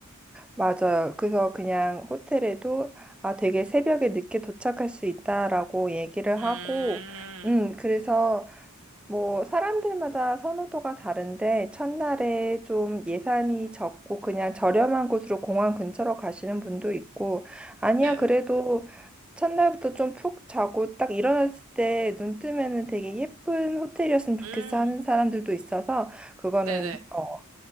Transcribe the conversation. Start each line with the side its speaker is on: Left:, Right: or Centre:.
Centre: 맞아요. 그래서 그냥 호텔에도 아, 되게 새벽에 늦게 도착할 수 있다라고 얘기를
Right: 음,
Centre: 하고, 음, 그래서 뭐, 사람들마다 선호도가 다른데, 첫날에 좀 예산이 적고 그냥 저렴한 곳으로 공항 근처로 가시는 분도 있고, 아니야,
Right: 네.
Centre: 그래도 첫날부터 좀 푹 자고 딱 일어났을 때 눈 뜨면은 되게 예쁜 호텔이었으면 좋겠어
Right: 음,
Centre: 하는 사람들도 있어서, 그거는
Right: 네네.
Centre: 어,